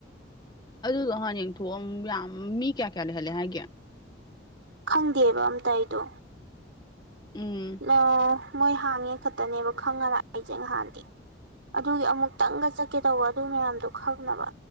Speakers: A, on the left; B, on the right.
A: ꯑꯗꯨꯗꯣ ꯍꯥꯟ ꯌꯦꯡꯊꯣꯛꯑꯝ ꯌꯥꯝ ꯃꯤ ꯀꯌꯥ ꯀꯌꯥ ꯂꯩꯍꯜꯂꯦ ꯍꯥꯏꯒꯦ
B: ꯈꯪꯗꯦꯕ ꯑꯝꯇ ꯑꯩꯗꯣ
A: ꯎꯝ
B: ꯑꯣ ꯃꯣꯏ ꯍꯥꯡꯉꯦ ꯈꯛꯇꯅꯦꯕ ꯈꯪꯉꯔ ꯑꯩꯁꯦ ꯉꯍꯥꯟꯗꯤ ꯑꯗꯨꯒꯤ ꯑꯃꯨꯛꯇꯪꯒ ꯆꯠꯀꯦ ꯇꯧꯕ ꯑꯗꯨ ꯃꯌꯥꯝꯗꯣ ꯈꯪꯅꯕ